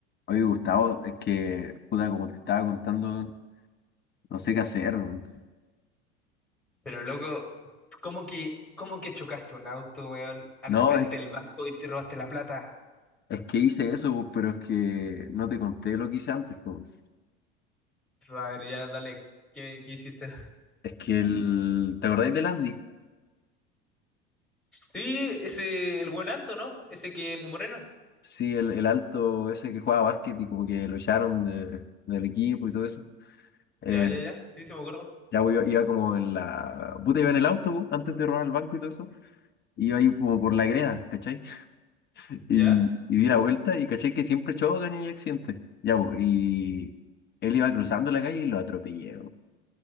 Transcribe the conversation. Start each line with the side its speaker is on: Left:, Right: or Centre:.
Left: Oye, Gustavo, es que, puta, como te estaba contando, no sé qué hacer. weón.
Centre: Pero loco, ¿cómo que, cómo que chocaste un auto, weón, al
Left: No,
Centre: frente
Left: es,
Centre: del banco y te robaste la plata?
Left: es que hice eso, pues, pero es que no te conté lo que hice antes. pues.
Centre: A ver, ya dale, ¿qué, qué hiciste? <laughs>
Left: Es que el... ¿Te acordáis del Andy?
Centre: Sí, ese, el buen alto, ¿no? Ese que es moreno.
Left: Sí, el, el alto ese que jugaba básquet y como que lo echaron de- del equipo y todo eso. Eh,
Centre: Ya, ya, ya, sí, sí me acuerdo.
Left: ya pues, iba, iba como en la... Puta, iba en el autobús antes de robar el banco y todo eso. Iba ahí como por la greda, ¿cachai? <laughs> Y,
Centre: Ya.
Left: y di la vuelta y caché que siempre chocan y hay accidentes. Ya, pues, y... Él iba cruzando la calle y lo atropellé.